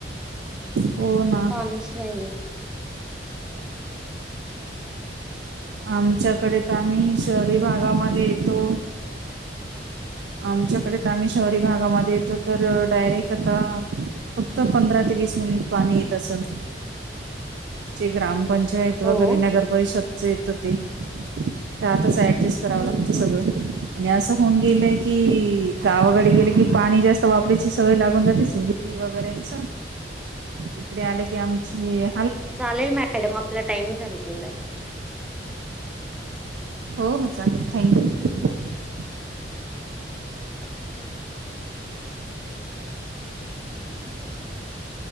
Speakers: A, on the right; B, in the centre.
A: हो ना
B: पाणीस नाहीये
A: आमच्याकडे तर आम्ही शहरी भागामध्ये येतो. आमच्याकडे तर आम्ही शहरी भागामध्ये येतो तर डायरेक्ट आता फक्त पंधरा ते- वीस मिनिट पाणी येत असल. जे ग्रामपंचायत वगैरे
B: हो.
A: नगर परिषद येत हो ते त्यातच अँड करावं
B: हम्म
A: लागतं सगळं
B: हम्म.
A: आणि असं. होऊन गेले की गावाकडे गेले की पाणी जास्त वापरायची सवय लागून जातेच विरी वगैरेच इकडे आलं की आमचे.
B: चालेल मॅडम आपला टाइम झालेला आहे
A: हो हो चालेल थँक यू
B: <unintelligible>